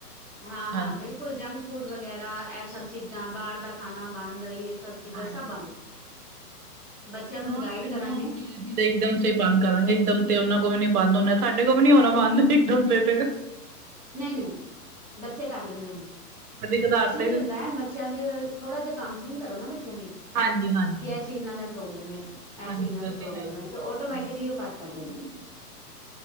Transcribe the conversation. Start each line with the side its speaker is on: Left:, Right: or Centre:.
Centre: ਹਾਂ ਹਾਂ
Right: ਹਾਂਜੀ
Centre: ਬਿਲਕੁਲ ਜੰਕ ਫੂਡ ਵਗੈਰਾ ਇਹ ਸਭ ਚੀਜ਼ਾਂ ਬਾਹਰ ਦਾ ਖਾਣਾ ਬੰਦ ਸਭ ਚੀਜ਼ਾਂ
Right: ਹਾਂਜੀ
Centre: ਸਭ ਬੰਦ ਬੱਚਿਆਂ ਨੂੰ
Right: ਹਾਂ
Centre: ਗਾਈਡ
Right: ਫਿਰ
Centre: ਕਰਾਂਗੇ।
Right: ਤਾਂ ਉਹ ਧੀਰੇ ਇੱਕਦਮ ਤੇ ਬੰਦ ਕਰਾਂਗੇ ਇੱਕਦਮ ਤੇ ਉਹਨਾਂ ਕੋਲ ਵੀ ਨੀ ਬਦੁੰ ਹੋਣਾ ਸਾਡੇ ਕੋਲ ਵੀ ਨੀ ਹੋਣਾ ਬੰਦ। ਇਕ ਦਮ ਸੈੱਟ
Centre: ਨਹੀਂ ਨਹੀਂ ਬੱਚੇ ਕਰ ਲੈਂਦ ਨੇਂ
Right: ਕਦੀ ਕਦਾਰ
Centre: ਐਕਚੁਲੀ
Right: ਤੇ
Centre: ਕੀ ਹੁੰਦਾ ਹੈ ਚੰਦਏ ਥੋੜਾ ਜਿਹਾ ਕਾਂਸਲਿੰਗ ਕਰੋ ਨਾ ਬੱਚਿਆਂ ਲਈ।
Right: ਹਾਂਜੀ ਹਾਂਜੀ।
Centre: <unintelligible> ਨਾਲ ਐ ਪ੍ਰੋਬਲਮ ਏ। ਐ
Right: ਹਾਂਜੀ
Centre: ਚੀਜ਼ ਏਨਾਂ ਨੂੰ
Right: ਇਹ
Centre: ਪ੍ਰੋਬਲਮ
Right: ਹੈ ਹੀ ਹੈ।
Centre: ਏ, ਤੇ ਓਟੋਮੈਟਿਕਲੀ
Right: ਹਾਂਜੀ
Centre: ਓ ਕੱਟ ਕਾਰ ਦੇਂਦੀ